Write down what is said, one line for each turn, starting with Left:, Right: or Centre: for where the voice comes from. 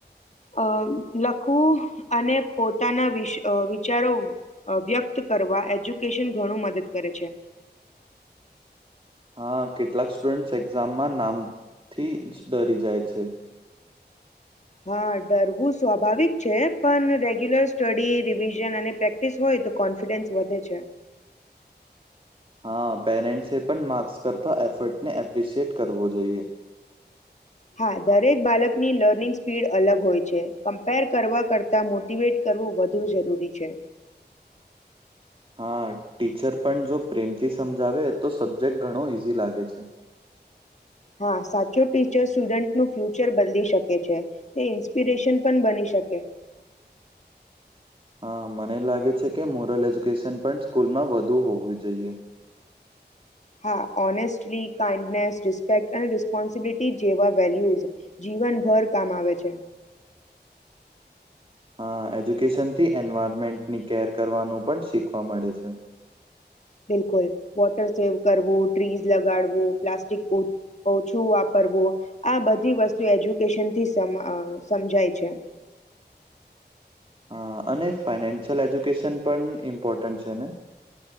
Left: અ લખવું અને પોતાના વિષ-વિચારો વ્યક્ત કરવા એજ્યુકેશન ઘણું મદદ કરે છે.
Right: હા કેટલાક સ્ટુડન્ટ એક્ઝામમાં નામથી જ ડરી જાય છે.
Left: હા છે. પણ રેગ્યુલર સ્ટડી રિવિઝન અને પ્રેક્ટિસ હોય તો કોન્ફિડન્સ વધે છે.
Right: હા પૅરેન્ટસે પણ માર્ક્સ કરતા એફર્ટને એપ્રિશિએટ કરવો જોઈએ.
Left: હા દરેક બાલકની લર્નિંગ સ્પીડ અલગ હોય છે, કમ્પેર કરવા કરતા મોટીવેટ કરવું વધુ જરૂરી છે.
Right: હા ટીચર પણ જો પ્રેમથી સમજાવે તો સબ્જેક્ટ ઘણો ઈઝી લાગે છે.
Left: હા સાચો ટીચર સ્ટુડન્ટનુ ફ્યુચર બદલી શકે છે. તે ઇન્સ્પિરેશન પણ બની શકે.
Right: હા મને લાગે છે, કે મોરલ એજ્યુકેશન પણ સ્કૂલમાં વધુ હોવી જોઈએ.
Left: હા ઓનેસ્ટલી, કાઇન્ડનેસ, રિસ્પેક્ટ અને રિસ્પોન્સિબિલિટી જેવા વેલ્યુઝ. જીવન ભર કામ આવે છે.
Right: હા એજ્યુકેશનથી એન્વાયરમેન્ટની કેર કરવાનું પણ શીખવા મળે છે.
Left: બિલકુલ વોટર સેવ, કરવું ટ્રીઝ લગાડવું, પ્લાસ્ટિક બોટ, ઓછું વાપરવું, આ બધી વસ્તુ એજ્યુકેશન થી સમજાય છે.
Right: હા અને ફાઈનાન્શિયલ એજ્યુકેશન પણ ઇમ્પોર્ટન્ટ છે ને?